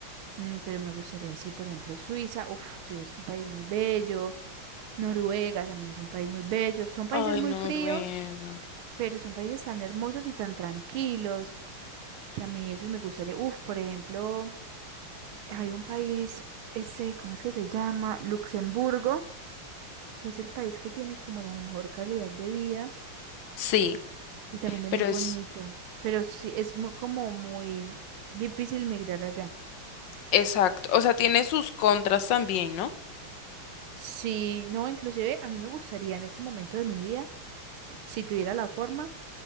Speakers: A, on the right; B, on the left.
A: mm, pero me gustaría, sí, por ejemplo, Suiza. Uf, Suiza es un país muy bello. Noruega también es un país muy bello. Son países
B: Ay,
A: muy
B: no,
A: fríos,
B: Noruega.
A: pero son países tan hermosos y tan tranquilos que a mí eso me gustaría. Uf, por ejemplo. Hay un país, ese, ¿cómo es que se llama? Luxemburgo, que es el país que tiene como la mejor calidad de vida
B: Sí,
A: y también es
B: pero
A: muy bonito,
B: es
A: pero sí es mu- como muy difícil migrar allá.
B: exacto. O sea, tiene sus contras también, ¿no?
A: Sí, no, inclusive a mí me gustaría en ese momento de mi vida, si tuviera la forma,